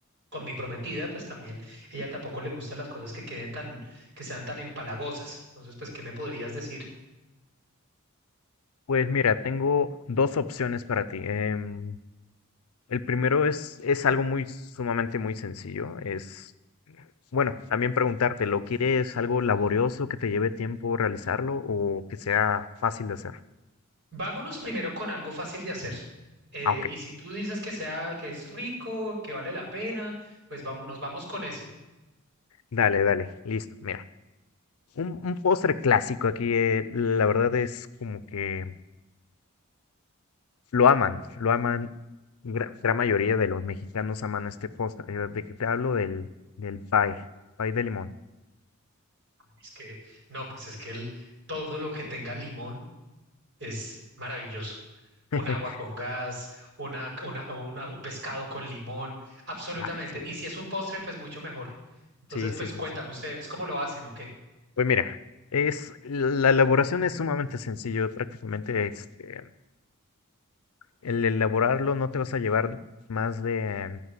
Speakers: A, on the right; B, on the left.
A: con mi prometida, pues también ella tampoco le gustan las cosas que queden tan, que sean tan empalagosas. Entonces, pues, ¿qué me podrías decir?
B: Pues mira, tengo dos opciones para ti. Em, el primero es, es algo muy sumamente muy sencillo. Es, bueno, también preguntarte, ¿lo quieres algo laborioso que te lleve tiempo realizarlo o que sea fácil de hacer?
A: Vámonos primero con algo fácil de hacer. Eh,
B: Ah, ok.
A: y si tú dices que sea, que es rico, que vale la pena, pues vamos, nos vamos con ese.
B: Dale, dale, listo. Mira, un, un postre clásico aquí, eh, la verdad es como que Lo aman, lo aman. gra- gran mayoría de los mexicanos aman este postre. eh, ¿De que te hablo? Del, del pie, pie de limón.
A: Es que, no, pues es que el- todo lo que tenga limón es maravilloso.
B: <laughs>
A: Un agua con gas, una, una- una- un pescado con limón, absolutamente.
B: Ah, sí,
A: Y
B: sí,
A: si es
B: sí.
A: un postre, pues mucho mejor. Entonces,
B: Sí,
A: pues
B: sí, sí,
A: cuéntame
B: sí.
A: ustedes cómo lo hacen o qué.
B: Pues mira, es, la elaboración es sumamente sencillo. Prácticamente este, el elaborarlo no te vas a llevar más de,